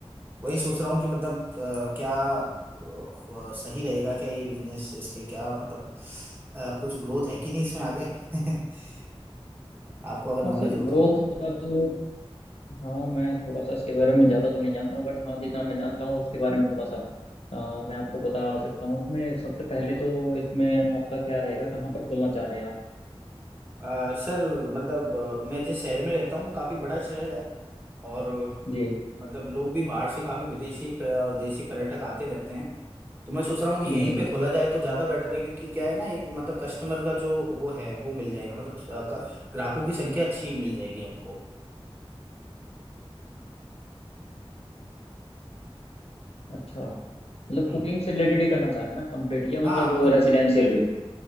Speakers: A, on the right; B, on the left.
A: वही सोच रहा हूँ कि मतलब अ, क्या अ, ख- सही रहेगा क्या ये बिजनेस इसके क्या मतलब अ, कुछ ग्रोथ है कि नहीं इसमें आगे <laughs> आपको अगर नॉलेज
B: हाँ सर
A: हो
B: ग्रोथ
A: तो
B: का तो हाँ मैं थोड़ा सा इसके बारे में ज़्यादा तो नहीं जानता हूँ बट हाँ जितना मैं जानता हूँ उसके बारे में थोड़ा सा अ, मैं आपको बता सकता हूँ इसमें सबसे पहले तो इसमें आपका क्या रहेगा कहाँ पर खोलना चाह रहे हैं आप
A: अ, सर मतलब अ, मैं जिस शहर में रहता हूँ काफ़ी बड़ा शहर है और
B: जी
A: मतलब लोग भी बाहर से काफ़ी विदेशी प- और देशी पर्यटक आते रहते हैं तो मैं सोच रहा हूँ कि
B: हम्म
A: यहीं
B: हम्म
A: पे खोला जाए तो ज़्यादा बेटर है क्योंकि क्या है ना एक मतलब कस्टमर का जो वो है वो मिल जाएगा मतलब अ, क- ग्राहकों की संख्या अच्छी मिल जाएगी हमको
B: अच्छा मतलब
A: हम्म
B: कुकिंग से रिलेटेड ही करना चाह रहे हैं ना कंप्लीट या मतलब
A: हाँ
B: वो
A: मतलब
B: रेसिडेंशियल भी